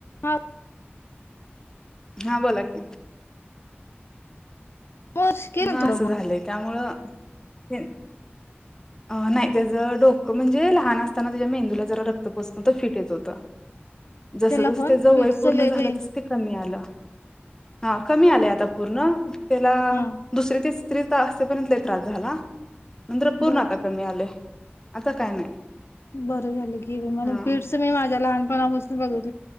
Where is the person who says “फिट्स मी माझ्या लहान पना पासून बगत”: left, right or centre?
Left